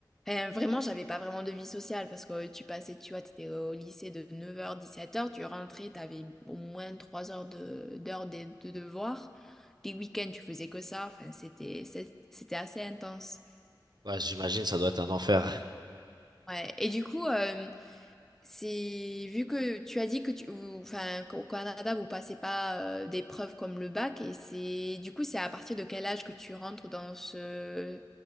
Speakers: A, in the centre; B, on the right.
A: Enfin, vraiment, j'avais pas vraiment de vie sociale parce que euh, tu passais, tu vois, t'étais au lycée de neuf heures dix-sept heures tu rentrais, t'avais au moins 3 heures de, d'heures de, de devoirs. Les week-ends, tu faisais que ça. Enfin, c'était, c'est- c'était assez intense.
B: Ouais, j'imagine, ça doit être un enfer.
A: Ouais. Et du coup, euh, c'est vu que tu as dit que tu, vous- enfin, qu'au Canada, vous passez pas euh, d'épreuves comme le bac, et c'est, du coup, c'est à partir de quel âge que tu rentres dans ce,